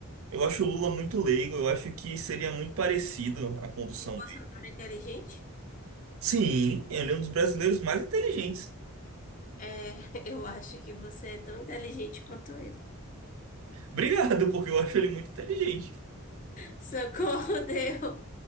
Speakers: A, on the right (about 70°); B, on the left (about 35°).
A: Eu acho o Lula muito leigo, eu acho que seria muito parecido a condução
B: E o Bolsonaro
A: dele.
B: é inteligente?
A: Sim, ele é um dos brasileiros mais inteligentes.
B: É, <laughs> eu acho que você é tão inteligente quanto ele.
A: Obrigado, porque eu acho ele muito inteligente.
B: Socorro, Deus!